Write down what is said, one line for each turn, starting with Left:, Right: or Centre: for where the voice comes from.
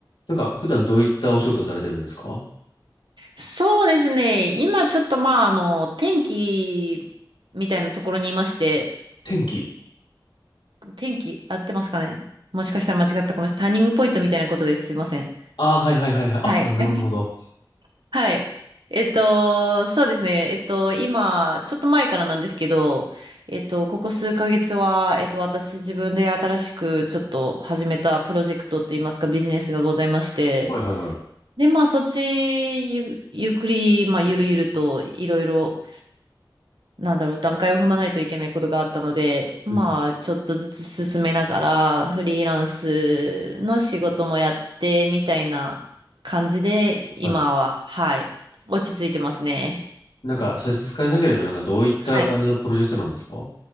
Left: なんか、普段どういったお仕事をされてるんですか
Right: そうですね。今ちょっとまあ、あの、天気みたいなところにいまして、
Left: 天気。
Right: 天気合ってますかねもしかしたら間違ったかもしれない。ターニングポイントみたいなことです。すいません。
Left: ああ、はいはいはいはい。あ、
Right: はい。
Left: あなるほど。
Right: <laughs> はい。えっと、そうですね。えっと、今、ちょっと前からなんですけど、えっと、ここ数ヶ月は、えっと、私自分で新しくちょっと始めたプロジェクトっていいますか、ビジネスがございまして、
Left: はいはいはい。
Right: で、まあ、そっちゆ、ゆっくり、まあ、ゆるゆるといろいろなんだろう、段階を踏まないといけないことがあったので、まあ、
Left: うんうん
Right: ちょっとずつ進めながら、フリーランスの仕事もやって、みたいな感じで、今は、
Left: はい。
Right: はい、落ち着いてますね。
Left: なんか、差し支えなければ、なんか、どういった感じのプロジェクトなんですか
Right: はい。